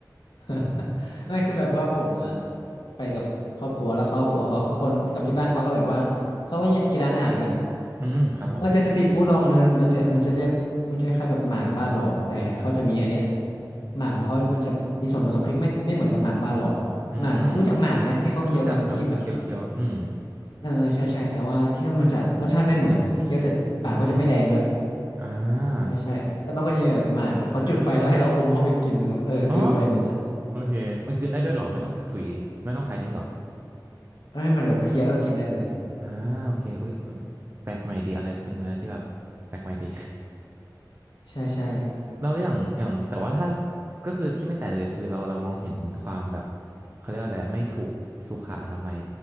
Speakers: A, on the left; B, on the right.
A: <laughs> ไม่คือแบบว่าผมอะไปกับครอบครัวแล้วครอบครัวเขาคนกับที่บ้านเขาก็แบบว่าเขาก็แยกกินร้านอาหารกันอะ
B: อืมครับผม
A: เออแต่สตรีทฟู้ดลองอันนึงมันจะมันจะเรียกมันจะคล้ายๆแบบหมากบ้านเราอะแต่เขาจะมีอันเนี้ยหมากของเขามันจะมีส่วนผสมที่ไม่ไม่เหมือนกับหมากบ้านเราอะหมากรู้จักหมากไหมที่เขาเคี้ยวกันที่แบบ
B: อืมรู้จักครับก็เคี้ยวเคี้ยวอืม
A: เออเออใช่ใช่แต่ว่าที่นั่นมันจะรสชาติไม่เหมือนเคี้ยวเสร็จปากก็จะไม่แดงด้วย
B: อืมอ่า
A: ใช่ใช่แล้วมันก็จะมีแบบหมากแบบเขาจุดไฟแล้วให้เราอมเข้าไปกินเนอะเออกลืนลงไปอย่างนั้นอะ
B: อ๋อโอเคมันกลืนได้ด้วยเหรอไม่ต้องถุยไม่ต้องขายทิ้งเหรอ
A: ให้มันแบบเคี้ยวแล้วกินได้เลย
B: อ่าโอเคอุ้ยอุ๊ยแปลกใหม่ดีอะไรเป็นอะไรที่แบบแปลกใหม่ดี
A: ใช่ใช่
B: <laughs> เราอย่างอย่างแต่ว่าถ้าก็คือที่ไม่แตกเลยคือเราเรามองเห็นความแบบเขาเรียกว่าอะไรไม่ถูกสุขอนามัย